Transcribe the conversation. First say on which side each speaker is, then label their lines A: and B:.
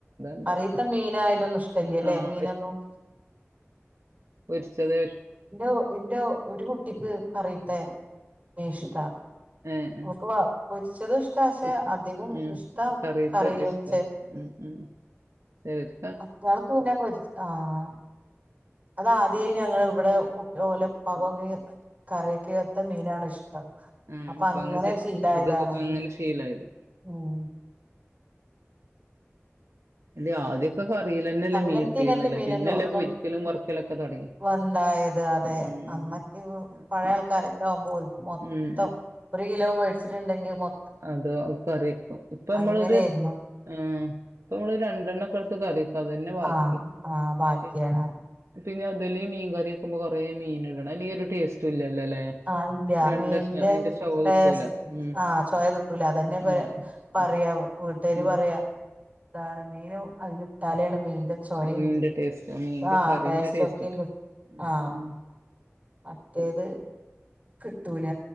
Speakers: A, on the right; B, on the right.
A: ഇണ്ടാവാ
B: കറിയിത്തെ മീനായാലോന്ന ഇഷ്ടല്ല്യല്ലേ
A: ആഹ്
B: മീനാന്നും
A: പൊരിച്ചത്
B: ഇന്റ ഇന്റോ ഒരു കുട്ടിക്ക് കറിയിത്തെ മീൻ ഇഷ്ടാ
A: ഏഹ് ഏഹ്
B: ഓക്ക് വ പൊരിച്ചത് ഇഷ്ട പക്ഷേ
A: ഇഷ്
B: അധികം
A: ഉം
B: ഇഷ്ടം
A: കറിത്തെ
B: കറിയില് വെ
A: <unintelligible> ഉം ഉം ശരി എടി
B: മറ്റാൾക്ക് പിന്ന പൊരിച്ച ആഹ് അത് ആദ്യേ ഞങ്ങള് ഇവട കുട്ടി ഓല ഇപ്പാകൊ <unintelligible> കറിക്കകത്ത മീനാണ് ഇഷ്ടം
A: ആഹ്
B: അപ്പ
A: അപ്പൊ
B: അങ്ങനെ
A: ചെ
B: ശീലായതാണ്
A: അത് അങ്ങനെ ശീലായത്
B: ഉം
A: അതെ ആദ്യോക്കെ കറിയില് തന്നല്ലേ
B: അങ്ങനത്തെ
A: മീൻ ഇട്ടിരുന്നല്ലേ
B: ഇങ്ങനത്തെ മീനൊന്നും
A: പിന്നല്ലേ
B: ഒന്നും
A: പൊരിക്കലും വർക്കലൊക്ക തൊടങ്ങി
B: വന്തായത് അതെ
A: ഉം
B: അന്നക്കെ
A: ഉം അപ്പൊ
B: പഴയ ആൾക്കാരൊക്ക ആകുമ്പോ ഓൽക്ക് മൊത്തം
A: ഉം
B: ഒര് കിലോ മേടിച്ചിട്ടുണ്ടെങ്കി മൊ
A: അതോ കറിവെക്കും ഇപ്പ നമ്മളൊര്
B: അങ്ങനെയായിരുന്നു
A: ആഹ് ഇപ്പ നമ്മള് രണ്ടെണ്ണക്കെട്ത്ത് കറിവെക്കും അതന്നെ ബാക്കി
B: ആഹ് ആഹ് ബാക്കിയാണ്
A: ശെ പിന്ന അതില് മീൻ കറി വെക്കുമ്പോ കൊറേ മീൻ ഇടണം അല്ലെങ്കി ഒര് ടേസ്റ്റ് ഇല്ലാല്ലോ അല്ലേ
B: ആഹ് ഇല്ല
A: രണ്ട്
B: മീന്റെ
A: കഷ്ണം അയിന്റെ ചൊവ
B: ടേസ്റ്റ്
A: കിട്ടൂല ഉം
B: ആഹ് ചെയ കിട്ടൂല അതന്നെ
A: ഉം ഉം
B: പറയാ
A: ഉം
B: വീട്ടുകാര്
A: ഉം
B: പറയാ അതാണ് മീനോ അതില് ഇട്ടാലെയ് മെയിൻ ചോയും
A: മീന്റെ ടേസ്റ്റ് മീന്റെ
B: ആഹ്
A: കറിന്റെ
B: ടേസ്റ്റൊക്കെ
A: ടേസ്റ്റ് ട്ടാ
B: കി
A: ഉം
B: ആഹ്
A: ഉം
B: മറ്റേത് കിട്ടൂല